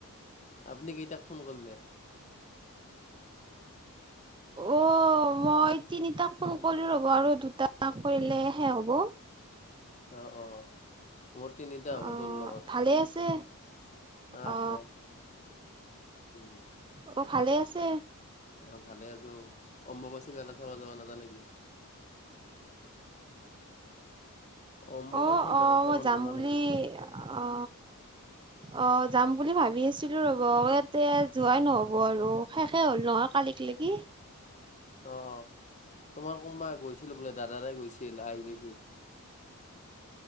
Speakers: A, on the left; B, on the right.
A: আপুনি কেইটাক ফোন কৰিলে?
B: অহ। মই তিনিটাক ফোন কৰি ৰব আৰু দুটামান কৰিলেহে শেষ হ'ব।
A: অ', অ', মোৰ তিনিটা হ'ব
B: অ
A: তোৰ লগত।
B: ভালে আছে
A: আছো
B: অ
A: উম।
B: অ ভালে আছে।
A: অ ভালে আছো। অম্বুবাচী মেলা চাব যাব নাজা নেকি? অম্বুবাচী
B: অ'অ'মই
A: মেলা চাব
B: যাম
A: নোযোৱা
B: বুলি
A: নেকি
B: অ। অ যাম বুলি ভাবি আছিলো, ৰব ইয়াতে যোৱাই নহ'ব আৰু শেষ। শেষ হ'ল নহয় কালিক লৈকে।
A: অ', অ',।